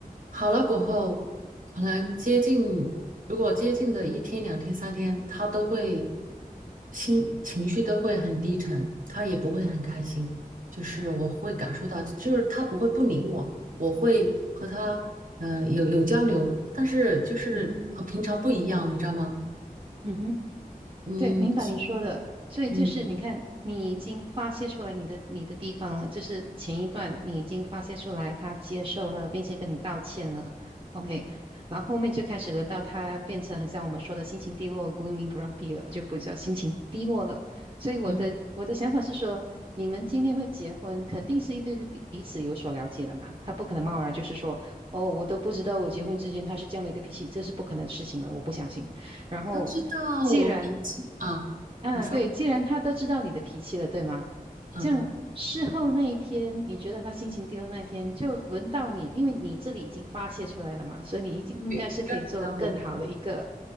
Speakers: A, on the right (about 65°); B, on the right (about 35°).
A: 好了过后，可能接近如果接近的一天、两天、三天，他都会心情绪都会很低沉，他也不会很开心，就是我会感受到，就是他不会不理我。我会和他嗯、呃有有交流，但是就是和平常不一样，
B: 嗯哼，
A: 你知道吗？
B: 嗯哼。
A: 嗯
B: 对，明白你说的。所以就是你看，
A: 嗯，
B: 你已经发泄出来你的你的地方了，就是前一段你已经发泄出来，他接受了，并且跟你道歉了，OK。
A: 嗯
B: 然后后面就开始轮到他变成很像我们说的心情低落 （gloomy grumpy） 了，就比较心情低落了。所以我的我的想法是说，
A: 嗯，
B: 你们今天会结婚，肯定是一对对彼彼此有所了解的嘛，他不可能贸然就是说，哦，我都不知道我结婚之前他是这样的一个脾气，这是不可能的事情了，我不相信。然后，
A: 他知道我脾气啊，
B: 既然啊，
A: 你说
B: 对，既然他都知道你的脾气了，对吗？
A: 嗯，
B: 这样事后那一天，你觉得他心情低的那一天，就轮到你，因为你这里已经发泄出来了嘛，所以你已经应该是可以做更好的一个
A: 对该怎么当我来？